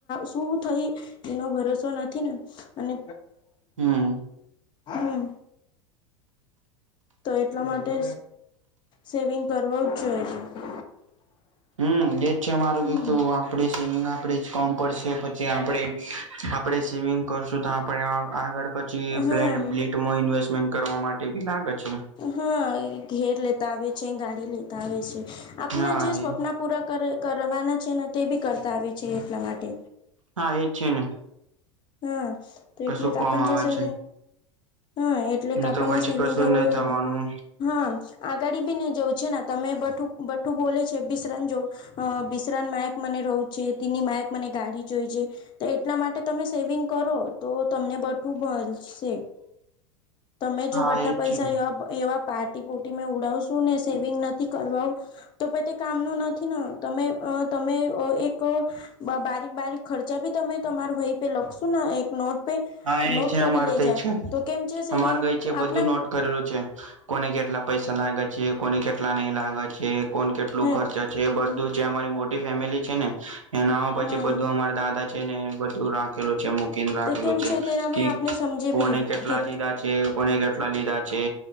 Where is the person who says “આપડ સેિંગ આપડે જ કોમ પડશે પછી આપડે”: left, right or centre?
Right